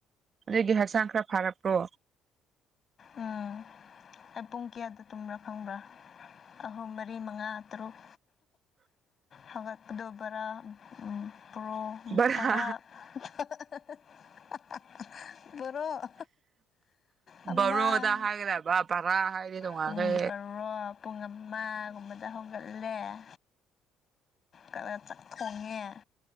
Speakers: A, on the right (about 40°); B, on the left (about 45°).
A: ꯑꯗꯨꯗꯤ ꯍꯛꯆꯥꯡ ꯈꯔ ꯐꯥꯔꯛꯄ꯭ꯔꯣ
B: ꯎꯝ ꯑꯩ ꯄꯨꯡ ꯀꯌꯥꯗ ꯇꯨꯝꯕ꯭ꯔꯥ ꯈꯪꯕ꯭ꯔꯥ ꯑꯍꯨꯝ ꯃꯔꯤ ꯃꯉꯥ ꯇꯔꯨꯛ ꯍꯧꯒꯠꯄꯗꯣ ꯕꯔꯥ ꯎꯝ ꯄ꯭ꯔꯣ ꯎꯝ
A: ꯕꯔꯥ
B: ꯄꯔꯥ <unintelligible> ꯕ‌ꯣꯔ‌ꯣ ꯎꯃꯥ
A: ꯕꯔꯣꯗ ꯍꯥꯏꯒꯗꯕ ꯕꯔꯥ ꯍꯥꯏꯗꯤ ꯇꯣꯡꯉꯥꯟꯈ꯭ꯔꯦ
B: ꯄꯨꯡ ꯄꯔꯣ ꯄꯨꯡ ꯑꯃꯥꯒꯨꯝꯕꯗ ꯍꯧꯒꯠꯂꯦ ꯀꯔ ꯆꯥꯛ ꯊꯣꯡꯉꯦ